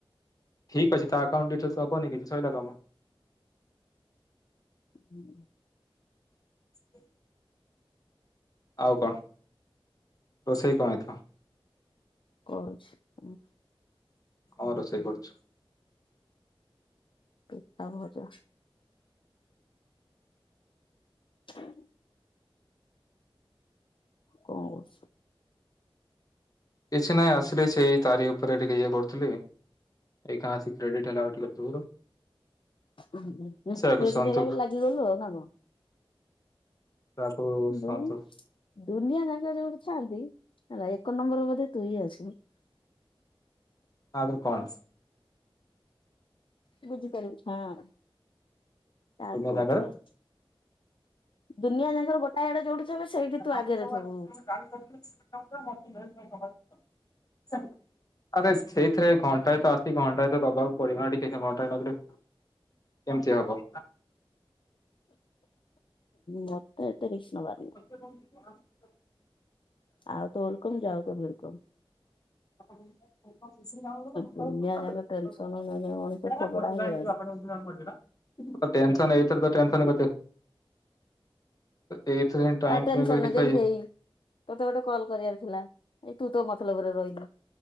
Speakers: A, on the left (about 40°); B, on the left (about 60°).
A: ଠିକ୍ ଅଛି ତା ଆକାଉଣ୍ଡ ଡିଟେଲସ୍ ଦବନି କିଛି ସଇଲା କାମ।
B: ହୁଁ।
A: ଆ ଆଉ କଣ? ରୋଷେଇ କଣ ହେଇଥିବ?
B: କହୁଛି ହୁଁ।
A: ହଁ, ରୋଷେଇ କରୁଛୁ।
B: ପିତାଭଜା। ହଁ କଣ କରୁଛ?
A: କିଛି ନାହିଁ ଆସିଲି, ସେଇ ତାରି ଉପରେ ଟିକେ ଇଏ କରୁଥିଲି। ଏଇକା ଆସି କ୍ରେଡିଟ୍ ହେଲା ଆଉ ଟିକେ ପୂର୍ବରୁ।
B: ଉଁ, ହୁ,
A: ସେୟାକୁ
B: କ୍ରେଡିଟ୍
A: ସନ୍ତୁକ
B: ହେଲା ବେଲି ଲାଗିଗଲୁ ଆଉ ନା କଣ?
A: ତାକୁ
B: ବୁନି।
A: ସନ୍ତୁକ
B: ଦୁନିଆ ଯାଙ୍କ ଯୋଉଠି ଥାନ୍ତି ହେଲା, ଏକ ନମ୍ବର ବୋଧେ ତୁ ହିଁ ଆସିବୁ?
A: ଆଧୁରୁ କଣ?
B: ବୁଝିପାରିବୁ। ହଁ, ତା
A: ଦୁନିଆ
B: ଗୁଡ଼୍
A: ଜାଗାରେ
B: କ ଦୁନିଆ ଯାଙ୍କର ଗୋଟାଏ ଆଡେ ଯୋଉଠି ଥିବେ, ସେଇଠି
A: <inaudible>
B: ତୁ ଆଗରେ ଥିବୁ।
A: ଆରେ ସେଇଥିରେ ଘଣ୍ଟାଏ ତ ଆସି, ଘଣ୍ଟାଏ ତ ଦବାକୁ ପଡିବ ନା ଟିକେ କେ, ଘଣ୍ଟାଏ ନଦେଲେ କେମିତି ହବ?
B: ମତେ ଏତେ ରିକ୍ସ୍ ନବାର ନାହିଁ।
A: ସେ <inaudible>
B: ଆଉ ତ, ଓଲକମ୍ ଯାଉ ତ ଭେଲକମ୍।
A: <inaudible> <unintelligible>
B: ଦୁନିଆ ଯାକ ଟେନସନ ମଣିଷ ଥୋବରା ହେଇଗଲାଣି
A: ଟେନ୍ସନ୍ ଏଇଥରେତ ଟେନ୍ସନ୍ କେତେ? ଏ-ଏଇଥିରେ ହିଁ ଟାଇମ୍
B: ଆଉ,
A: ସ୍ପେଣ୍ଡ
B: ଟେନ୍
A: କରି
B: ସନ୍
A: କିଛି
B: ଯେମତି ହେଇ, ତୋତେ ଗୋଟେ କଲ୍ କରିବାର ଥିଲା, ଏଇ ତୁତୋ ମତଲବରେ ରହିଲୁ।